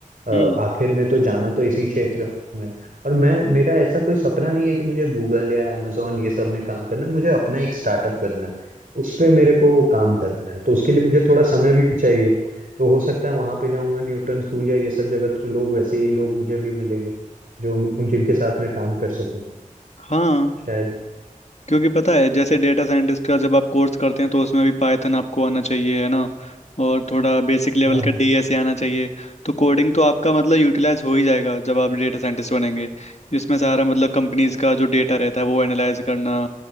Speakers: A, on the right (about 85°); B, on the left (about 50°).
A: अ, आखिर
B: हम्म
A: में तो जाना तो इसी क्षेत्र और मैं मेरा ऐसा कोई सपना नहीं है कि मुझे गूगल या amazon ये सब में काम करना है मुझे अपना एक स्टार्टअप करना है उस पे मेरे को काम करना है तो उसके लिए मुझे थोड़ा समय भी चाहिए तो हो सकता है वहां पे जाऊंगा न्यूटन स्कूल या ये सब जगह तो लोग वैसे ही लोग मुझे भी मिलेंगे जो उन जिनके साथ मैं काम कर सकूं
B: हाँ
A: शायद
B: क्योंकि पता है जैसे डेटा साइंटिस्ट का जब आप कोर्स करते हैं तो उसमें भी पाइथन आपको आना चाहिए है ना और थोड़ा बेसिक लेवल
A: हाँ
B: का
A: हाँ
B: डीएसए आना चाहिए तो कोडिंग तो आपका मतलब यूटिलाइज हो ही जाएगा जब आप डेटा साइंटिस्ट बनेंगे इसमें सारा मतलब कंपनीज का जो डेटा रहता है वो एनालाइज करना